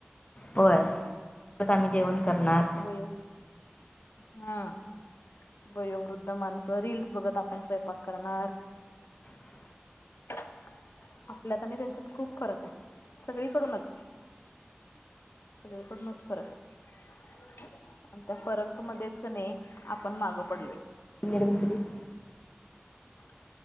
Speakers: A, on the left; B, on the left.
A: होय <unintelligible> आम्ही जेवण करणार
B: हो हम्म वयोवृद्ध माणसं रीलस बघत आपण स्वयंपाक करणार
A: <inaudible>
B: आपल्यात आणि त्यांच्यात खूप फरक आहे सगळीकडूनच सगळीकडूनच फरक आहे आणि त्या फरक मध्येच क नाही आपण माग पडलोय
A: रबण प्लीज
B: <inaudible>